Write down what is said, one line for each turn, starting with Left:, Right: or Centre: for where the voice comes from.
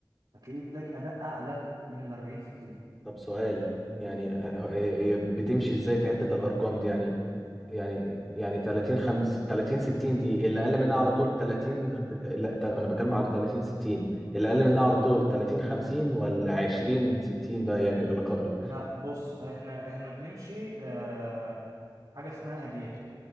Right: هتلاقيه اداك اداء اعلى من ال 40 60
Centre: طب سؤال يعني آه، هي هي بتمشي ازاي في حته الارقام دي يعني يعني يعني 30 50 30 60 دي اللي اقل منها على طول 30 لا ت- انا بتكلم على 30 60 اللي اقل منها
Right: اه
Centre: على طول 30 50 ولا 20 60 بقى يعني اللقاء
Right: لا بص احنا احنا بنمشي آه حاجه اسمها اجيال